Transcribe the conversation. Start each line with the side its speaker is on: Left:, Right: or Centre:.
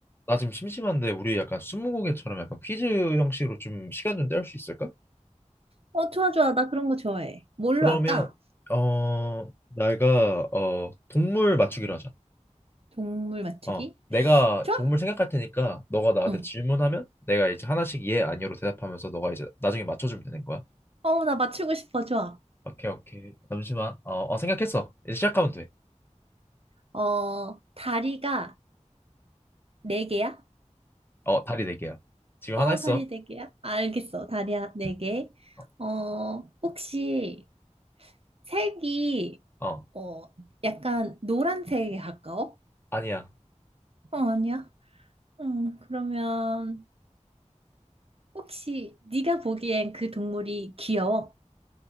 Left: 나 지금 심심한데 우리 약간 스무고개처럼 약간 퀴즈 형식으로 좀 시간 좀 때울 수 있을까?
Right: 어, 좋아, 좋아. 나 그런 거 좋아해. 뭘로
Left: 그러면
Right: 할까?
Left: 어 내가 어 동물 맞추기로 하자.
Right: 동물 맞추기?
Left: 어 내가
Right: 좋아?
Left: 동물 생각할 테니까 너가 나한테
Right: 응.
Left: 질문하면 내가 이제 하나씩 예 아니요로 대답하면서 너가 이제 나중에 맞춰주면 되는 거야.
Right: 어, 나 맞추고 싶어. 좋아.
Left: 오케이 오케이. 잠시만. 어, 어 생각했어. 이제 시작하면 돼.
Right: 어, 다리가 네 개야?
Left: 어 다리 네 개야. 지금
Right: 어,
Left: 하나 했어.
Right: 다리 네 개야? 알겠어. 다리야 네 개.
Left: 어,
Right: 어, 혹시 색이,
Left: 어
Right: 어, 약간 노란색에 가까워?
Left: 아니야.
Right: 어, 아니야. 응, 그러면 혹시 네가 보기엔 그 동물이 귀여워?